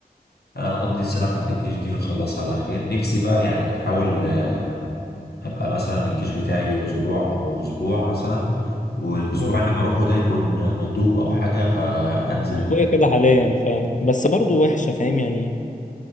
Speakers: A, on the left (about 85°); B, on the left (about 50°).
A: انا اقضي السنة بتاعت الجيش دي ونخلصها على خير نفسي بقى يعني احاول آه، هبقى مثلا الجيش بتاعي اسبوع او اسبوع مثلا والاسبوع
B: اه
A: اللي بروحه ده يكون مندوب او حاجة فانزل
B: اخويا كده حاليا فاهم بس برضه وحشه فاهم يعني